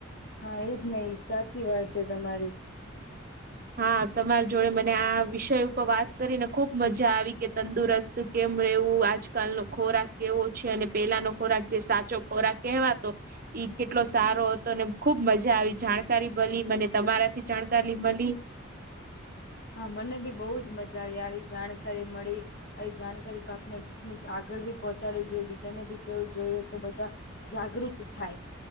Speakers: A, on the left (about 50°); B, on the right (about 45°).
A: હા એજ ને સાચી વાત છે તમારી.
B: હા તમારી જોડે મને આ વિષય ઉપર વાત કરીને ખુબ મજા આવી કે તંદુરસ્ત તો કેમ રહેવું આજકાલનો ખોરાક કેવો છે અને પેલાનો ખોરાક જે સાચો ખોરાક કહેવાતો. ઈ કેટલો સારો હતો ને ખુબ મજા આવી જાણકારી મલી મને તમારાથી જાણકારી મલી.
A: હા મને ભી બહુજ મજા આવી આવી જાણકારી મળી. આવી જાણકારી તો આપને આગળ ભી પહોંચાડવી જોઈએ બીજાને ભી કેવું જોઈએ તો બધા જાગૃત થાય.